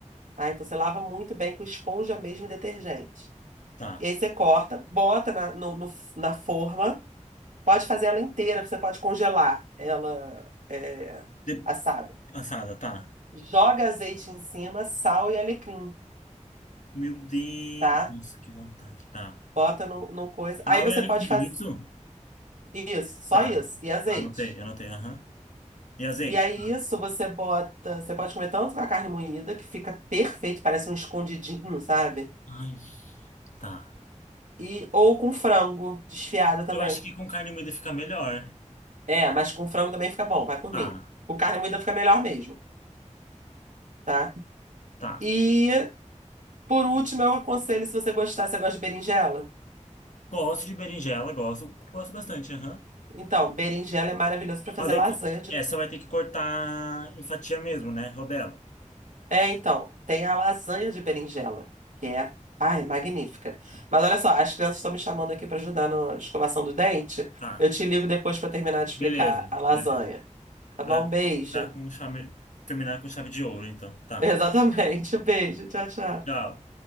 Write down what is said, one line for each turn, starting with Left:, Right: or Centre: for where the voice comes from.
Right: tá? Então você lava muito bem com esponja mesmo e detergente.
Left: tá.
Right: E aí você corta, bota na, no- no- na forma. Pode fazer ela inteira, você pode congelar ela é,
Left: De-
Right: assada.
Left: Assada, tá.
Right: Joga azeite em cima, sal e alecrim,
Left: Meu Deus,
Right: tá?
Left: Nossa, que vontade. Tá.
Right: Bota no, no coisa.
Left: Sal
Right: Aí você
Left: e alecrim,
Right: pode fazer.
Left: isso?
Right: Isso, só
Left: Tá.
Right: isso. E azeite.
Left: Anotei, anotei, aham. E azeite?
Right: E aí,
Left: Tá.
Right: isso você bota. Você pode comer tanto com a carne moída, que fica perfeito, parece um escondidinho, sabe?
Left: Ai, tá.
Right: E, ou com frango desfiado também.
Left: Eu acho que com carne moída fica melhor.
Right: É, mas com frango também fica bom, vai por
Left: Tá,
Right: mim. Com carne moída fica melhor mesmo, tá?
Left: tá.
Right: E, por último, eu aconselho, se você gostar, você gosta de berinjela?
Left: Gosto de berinjela, gosto, gosto bastante, aham.
Right: Então, berinjela é maravilhoso para fazer
Left: Mas aí
Right: lasanha
Left: co- essa vai ter que cortar em fatia mesmo, né? Rodela.
Right: É, então, tem a lasanha de berinjela, que é, ai, magnífica. Mas olha só, as crianças estão me chamando aqui para ajudar na escovação do dente.
Left: Tá.
Right: Eu te ligo depois para terminar de explicar
Left: Beleza,
Right: a lasanha.
Left: beleza.
Right: Tá bom?
Left: Pra
Right: Beijo.
Left: dar com chave, terminar com chave de ouro, então.
Right: <laughs>
Left: Tá.
Right: Exatamente. Beijo. Tchau, tchau.
Left: Tchau.